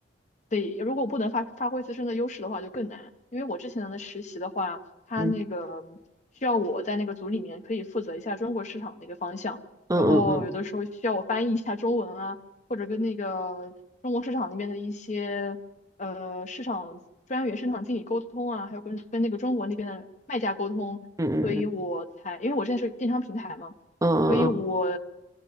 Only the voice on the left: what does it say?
得如果不能发发挥自身的优势的话，就更难。因为我之前的实习的话，他那个需要我在那个组里面可以负责一下中国市场的一个方向，
然后有的时候需要我翻译一下中文啊，或者跟那个中国市场那边的一些呃市场专员、市场经理沟通啊，还有跟跟那个中国那边的卖家沟通，
所以我才因为我之前是电商平台嘛。
所以我